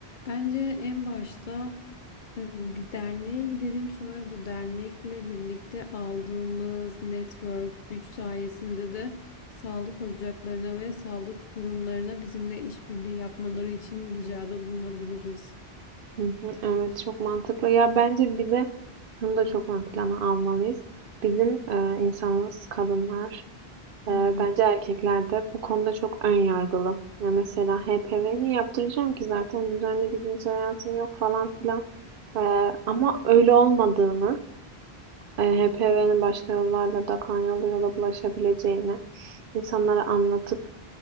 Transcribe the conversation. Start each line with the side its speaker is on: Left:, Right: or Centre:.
Left: bence en başta e, bir derneğe gidelim sonra bu dernekle birlikte aldığımız network güç sayesinde de sağlık ocaklarına ve sağlık kurumlarına bizimle işbirliği yapmaları için ricada bulunabiliriz.
Right: Hı hı, evet çok mantıklı. Ya bence bir de şunu da çok ön plana almalıyız. Bizim e, insanımız kadınlar. Ee,
Left: Hı hı.
Right: bence erkekler de bu konuda çok ön yargılı. Ya mesela HPV niye yaptıracağım ki zaten düzenli bir cinsel hayatım yok falan filan. Ee, ama öyle olmadığını, HPV'nin başka yollarla da kan yoluyla da bulaşabileceğini insanlara anlatıp